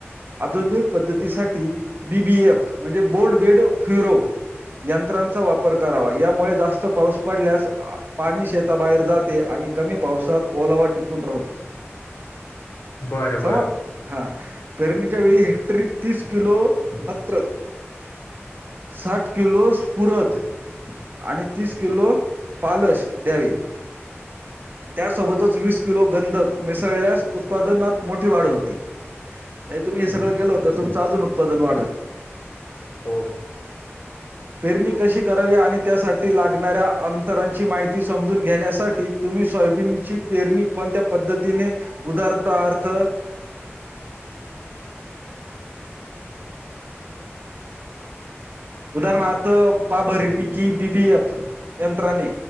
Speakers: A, on the right; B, on the left.
A: आधुनिक पद्धतीसाठी बी बी एफ म्हणजे बोर्ड बेड फ्युरो यंत्रांचा वापर करावा यामुळे जास्त पाऊस पडल्यास पाणी शेताबाहेर जात ते आणि कमी पावसात ओलावा टिकून राहतो
B: बरं बरं
A: सम हा पेरणीच्या वेळी हेक्टरी तीस किलो मात्र साठ किलोस पुरत आणि तीस किलो पालश द्यावी त्यासोबतच वीस किलो गंधक मिसळल्यास उत्पादनात मोठी वाढ होती नाही तुम्ही हे सगळ केलं होतं तमचं अजून उत्पादन वाढत
B: ह
A: पेरणी कशी करावी आणि त्यासाठी लागणाऱ्या अंतरांची माहिती समजून घेण्यासाठी तुम्ही सोयाबीन ची पेरणी कोणत्या पद्धतीने उधार पदार्थ उदाहरणारथ पा भरणी कि बी बी एफ यंत्रनी